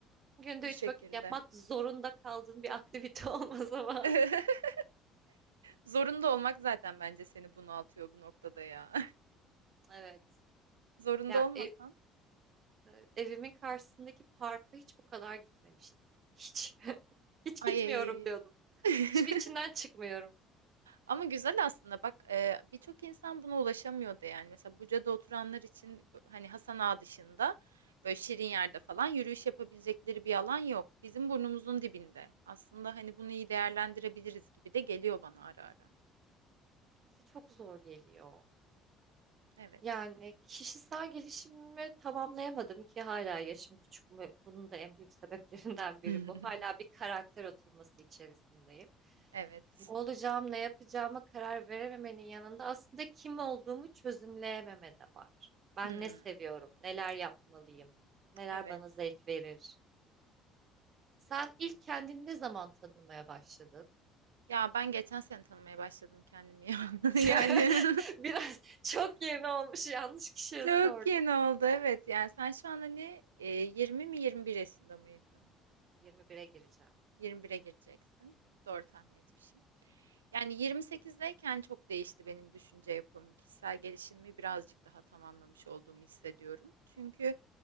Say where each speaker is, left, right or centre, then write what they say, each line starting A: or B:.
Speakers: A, on the right; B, on the right.
A: Günde
B: Bu şekilde.
A: üç vakit yapmak zorunda kaldığın bir aktivite <laughs> olmaz ama.
B: <laughs> Zorunda olmak zaten bence seni bunaltıyor bu noktada ya.
A: Evet.
B: <laughs> Zorunda
A: Ya
B: olmasan.
A: ev- e, evimin karşısındaki parka hiç bu kadar gitmemiştim. Hiç. <laughs> Hiç
B: Ay.
A: gitmiyorum diyordum.
B: <laughs>
A: Şimdi içinden çıkmıyorum.
B: Ama güzel aslında bak eee, birçok insan buna ulaşamıyordu yani. Mesela Buca'da oturanlar için b- hani Hasan Ağa dışında böyle şirin yerde falan yürüyüş yapabilecekleri bir alan yok. Bizim burnumuzun dibinde. Aslında hani bunu iyi değerlendirebiliriz gibi de geliyor bana ara ara.
A: İşte çok zor geliyor.
B: Evet.
A: Yani kişisel gelişimimi tamamlayamadım ki hala yaşım küçük mü? Bunun da en büyük sebeplerinden biri
B: <laughs>
A: bu. Hala bir karakter oturması içerisindeyim.
B: Evet.
A: Ne olacağım, ne yapacağıma karar verememenin yanında aslında kim olduğumu çözümleyememe de var. Ben
B: Hmm,
A: ne seviyorum, neler yapmalıyım, neler
B: evet.
A: bana zevk verir. Sen ilk kendini ne zaman tanımaya başladın?
B: Ya ben geçen sene tanımaya başladım kendimi ya.
A: <laughs>
B: <laughs> Yani
A: Biraz çok yeni olmuş, yanlış
B: <laughs>
A: kişiye
B: çok
A: sordum.
B: yeni oldu evet. Yani sen şu an hani e, 20 mi 21 yaşında mıydın?
A: Yirmi bire gireceğim.
B: 21'e gireceksin. Doğru tahmin etmişim. Yani 28'deyken çok değişti benim düşünce yapım. Kişisel gelişimimi birazcık daha tamamlamış olduğumu hissediyorum. Çünkü